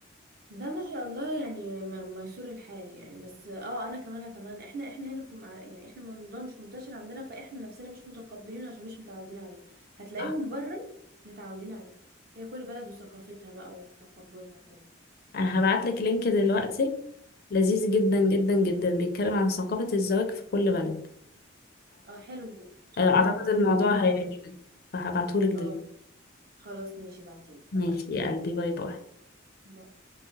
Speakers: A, on the right; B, on the left.
A: ده ما شاء الله يعني م- ميسور الحال يعني بس اه انا كمان اتمنى احنا احنا هنا في مع- يعني احنا الموضوع مش منتشر عندنا فاحنا نفسنا مش متقبلينه عشان مش متعودين عليه هتلاقيهم
B: <laughs>
A: بره متعودين عليه هي كل بلد وثقافتها بقى وتقبلها وكده
B: انا هبعت لك لينك دلوقتي لذيذ جدا جدا جدا بيتكلم عن ثقافة الزواج في كل بلد
A: اه حلو ده
B: فأعتقد
A: خلينا ن-
B: الموضوع
A: نلم معلومات
B: هيعجبك فهبعته لك دلوقتي
A: اه خلاص ماشي بعتيلي
B: ماشي
A: اتفقنا
B: يا قلبي باي باي
A: باي.